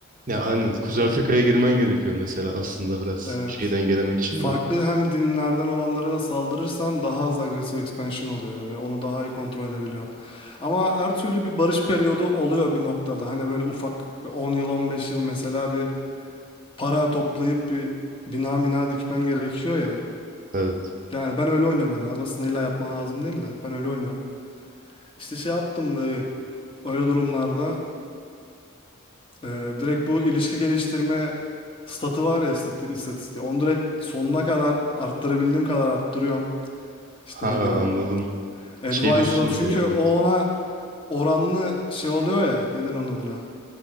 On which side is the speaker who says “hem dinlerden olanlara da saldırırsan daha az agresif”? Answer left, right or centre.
Left